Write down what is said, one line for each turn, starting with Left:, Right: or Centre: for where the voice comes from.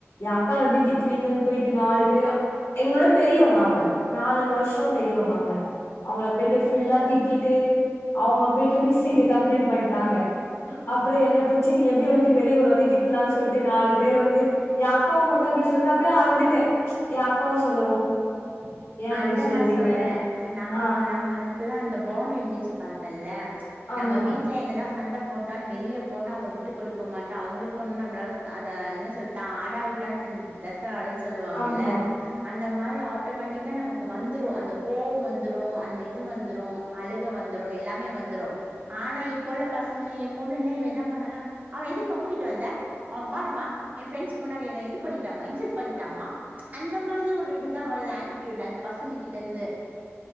Left: எ அக்கா எப்படி திட்டுவீங்கன்னு போயிட்டு நாலு பேர் எங்களோட பெரியவங்க அவங்க நாலு வருஷம் பெரியவங்க அவங்க. அவங்கள போயிட்டு ஃபுல்லா திட்டிட்டு அவங்க போயிட்டு மிஸ்ஸிக்கிட்ட கம்ப்ளைண்ட்டு பண்ணிட்டாங்க அப்புறோ என்ன பூடுச்சி நீ எப்படி வந்து பெரியவங்கள வந்து திட்டலானு சொல்லிட்டு நாலு பேர் வந்து என் அக்காவ மட்டும் அப்படி சொல்ல நான் போய் அழுந்துட்டே ம்ச் எ அக்காவ சொல்லவு. ஏ அப்டி
Right: அதுதா
Left: சொல்றீங்க
Right: நா சொல்றே நா. நம்ம
Left: ஆ
Right: நம்மல்க்கெல்லா அந்த பாண்ட் இருந்துச்சுப்பா. பாத்தில்ல. ம்ச்
Left: ஆமா
Right: நம்ம வீட்ல என்னதா சண்ட போட்டாலு வெளியே போன அவங்கள விட்டு கொடுக்க மாட்டோ அவங்களுக்கு நம்மளாள அத என்ன சொல்ல ஆடா விட்டான் தன் தச. ஆடுன்னு சொல்லுவாங்கள
Left: ஆமா
Right: அந்த மாரி. ஆட்டோமேட்டிக். க நமக்கு வந்துரூ அந்த கோவோ வந்துரூ அந்த இது வந்துரூ அழுக வந்துரூ எல்லாமே வந்துரூ ஆனா இப்பொல்ல பசங்கள் ஏ பொண்ணுல்ல இவ எதா பண்ணணா அவ எதுக்குமா கூட்டிட்டு வந்த அவ பாருமா ஏ ஃப்ரெண்ட்ஸ் முன்னாடி என்ன இது பண்ணிட்டாமா இன்சல்ட் பண்ணிட்டாம்மா அந்த மாரி ஒரு இது த வரு ஆட்டி இதுண்டா இந்த பசங்க கிட்டந்து